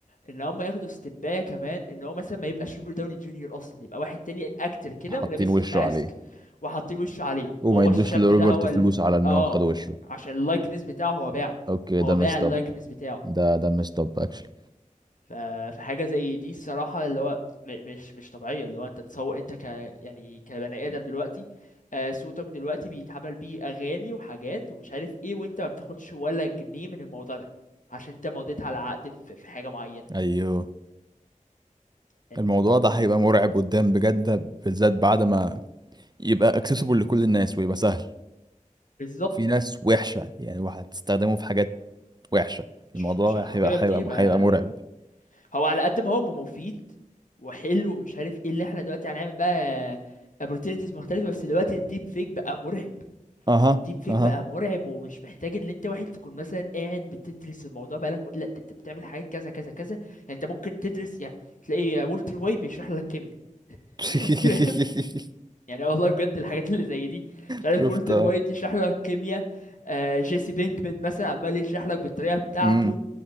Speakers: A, on the left; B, on the right.
A: ان هم ياخدوا استباية كمان ان هو مثلا ما يبقاش روبرت داوني جونيور اصلا يبقى واحد تاني اكتر كده
B: حاطين
A: ولابس
B: وشه
A: ماسك
B: عليه
A: وحاطين وشه عليه
B: وما
A: وهو
B: يدوش
A: الشاب
B: لروبرت
A: ده هو
B: فلوس
A: ال...
B: على انهم
A: اه
B: خدوا وشه
A: عشان اللايكنس بتاعه هو باعه
B: اوكي
A: هو
B: ده مستب
A: باع اللايكنس بتاعه
B: ده ده مستب اكشلي
A: ف... فحاجة زي دي الصراحة اللي هو م... مش مش طبيعية اللي هو انت تسوق انت ك يعني كبني ادم دلوقتي آه صوتك دلوقتي بيتعمل بيه اغاني وحاجات ومش عارف ايه وانت ما بتاخدش ولا جنيه من الموضوع ده عشان انت مضيت على عقد في في حاجة معينة
B: ايوه
A: يعني
B: الموضوع ده هيبقى مرعب قدام بجد ده بالذات بعد ما يبقى اكسسبل لكل الناس ويبقى سهل
A: بالظبط
B: في ناس وحشة يعني وهتستخدمه في حاجات وحشة
A: مش
B: الموضوع
A: مش اخلاقيه
B: هيبقى
A: كتير
B: هيبقى
A: ما
B: هيبقى مرعب
A: هو على قد ما هو مفيد وحلو ومش عارف ايه اللي احنا دلوقتي هنعمل بقى opportunities مختلفه بس دلوقتي الديب فيك بقى مرعب
B: اها
A: الديب فيك
B: اها
A: بقى مرعب ومش محتاج ان انت واحد تكون مثلا قاعد بتدرس الموضوع بقالك م... لا انت انت بتعمل حاجات كذا كذا كذا يعني انت ممكن تدرس يعني تلاقي والتر وايت بيشرح لك كيمياء
B: <laughs>
A: <laughs> فاهم؟ يعني والله بجد الحاجات اللي زي دي مش عارف
B: شفت
A: والتر وايت يشرح لك كيمياء آه جيسي بينكمان مثلا عمال يشرح لك بالطريقه بتاعته
B: امم